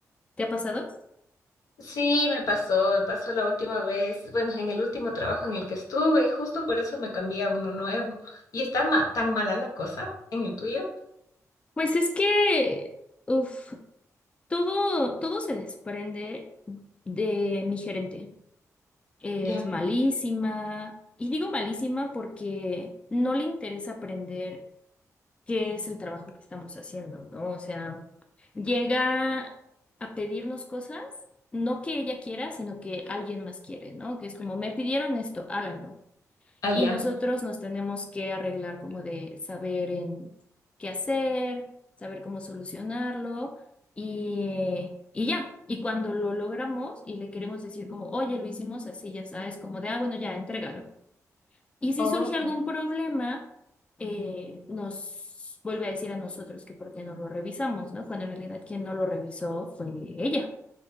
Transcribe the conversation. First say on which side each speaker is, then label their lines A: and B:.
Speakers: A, on the left; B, on the left.
A: ¿Te ha pasado?
B: Sí, me pasó, me pasó la última vez, bueno, en el último trabajo en el que estuve y justo por eso me cambié a uno nuevo. ¿Y está ma- tan mala la cosa en el tuyo?
A: Pues es que, uff, todo, todo se desprende de mi gerente. es
B: Ya,
A: malísima. Y digo malísima porque no le interesa aprender qué es el trabajo que estamos haciendo, ¿no? O sea, llega a pedirnos cosas, no que ella quiera, sino que alguien más quiere, ¿no? Que es como, me pidieron esto, háganlo.
B: allá.
A: Y nosotros nos tenemos que arreglar como de saber en qué hacer, saber cómo solucionarlo y, y ya. Y cuando lo logramos y le queremos decir como, oye, lo hicimos así, ya sabes, como de, ah, bueno, ya, entrégalo. Y si
B: Oh,
A: surge algún problema, eh, nos vuelve a decir a nosotros que por qué no lo revisamos, ¿no? Cuando en realidad quien no lo revisó fue ella.